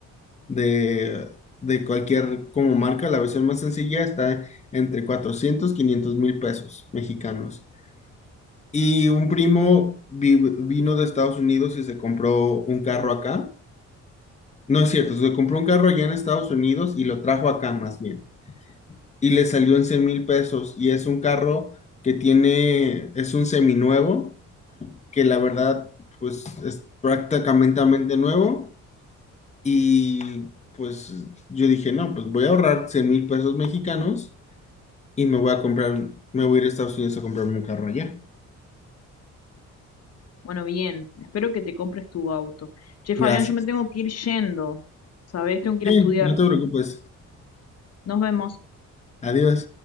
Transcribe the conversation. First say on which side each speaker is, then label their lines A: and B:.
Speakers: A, on the left; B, on the left.
A: de, de cualquier como marca, la versión más sencilla está entre 400 500 mil pesos mexicanos. Y un primo vi- vino de Estados Unidos y se compró un carro acá. No es cierto, se compró un carro allá en Estados Unidos y lo trajo acá más bien. y le salió en cien mil pesos y es un carro que tiene, es un seminuevo, que la verdad pues es prácticamente nuevo y pues yo dije, no, pues voy a ahorrar cien mil pesos mexicanos y me voy a comprar, me voy a ir a Estados Unidos a comprarme un carro allá.
B: Bueno, bien, espero que te compres tu auto. Che, Fabián,
A: Gracias.
B: yo me tengo que ir yendo, ¿sabes? Tengo que
A: Sí,
B: ir a estudiar.
A: no te preocupes.
B: Nos vemos.
A: Adiós.